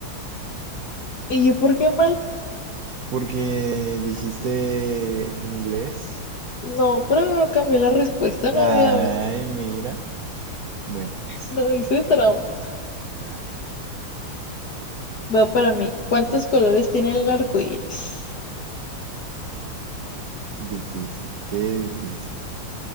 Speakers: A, on the left; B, on the right.
A: ¿Y yo por qué mal?
B: Porque dijiste inglés.
A: No, pero no cambié la respuesta,
B: Ay,
A: no había visto.
B: mira. Bueno, pues
A: No hice trampa.
B: está bien.
A: Va para mí. ¿Cuántos colores tiene el arco iris?
B: Difícil, qué difícil.